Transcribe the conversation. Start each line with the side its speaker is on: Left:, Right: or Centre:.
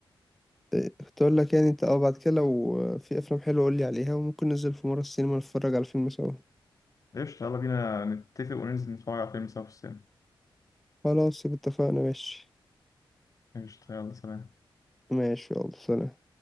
Centre: إيه، كنت اقول لك يعني انت اه بعد كده لو في افلام حلوه قول لي عليها وممكن ننزل في مره السينما نتفرج على فيلم سوا
Left: قشطة يلا بينا نتفق وننزل نتفرج على فيلم سوا في السينما
Centre: خلاص يبقى اتفقنا ماشي
Left: قشطة يلا سلام
Centre: ماشي يلا سلام